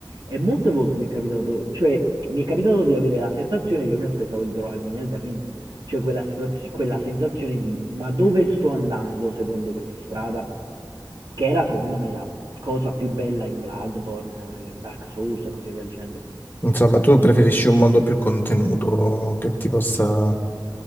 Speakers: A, on the right; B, on the left.
A: E molte volte mi è capitato, cioè mi è capitato di avere la sensazione che io mi aspettavo di trovarmi nel ring, cioè quella, situazio- quella sensazione di ma dove sto andando seguendo questa strada? Che era secondo me la cosa più bella in Bloodborne, in Dark Souls e così via dicendo.
B: Insomma, tu preferisci un mondo più contenuto, che ti possa,